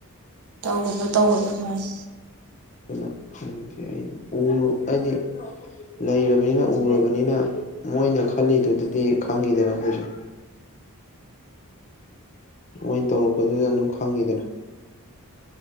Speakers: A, on the right; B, on the left.
A: ꯇꯧꯒꯅꯨ ꯇꯧꯒꯅꯨ ꯑꯗꯨꯃꯥꯏ꯫
B: ꯑꯗꯨꯅ ꯈꯪꯗꯦ ꯑꯩ ꯎ ꯑꯩꯗꯤ꯫ ꯂꯩꯔꯕꯅꯤꯅ ꯎꯔꯕꯅꯤꯅ ꯃꯣꯏꯅ ꯈꯜꯂꯤꯗꯨꯗꯗꯤ ꯈꯪꯉꯤꯗꯅ ꯑꯩꯈꯣꯏꯁꯨ꯫ ꯃꯣꯏꯅ ꯇꯧꯔꯛꯄꯗꯨꯗ ꯑꯗꯨꯝ ꯈꯪꯉꯤꯗꯅ꯫